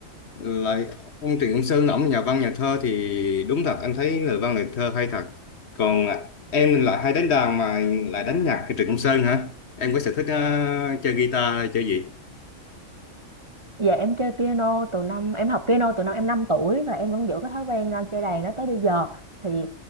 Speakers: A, on the left; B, on the right.
A: lại ông Trịnh Công Sơn ổng nhà văn nhà thơ thì đúng thật anh thấy lời văn lời thơ hay thật còn à, em lại hay đánh đàn mà lại đánh nhạc thì Trịnh Công Sơn hả em có sở thích ờ, chơi guitar hay chơi gì
B: Dạ em chơi piano từ năm em học piano từ năm em 5 tuổi và em vẫn giữ cái thói quen à, chơi đàn đó tới bây giờ thì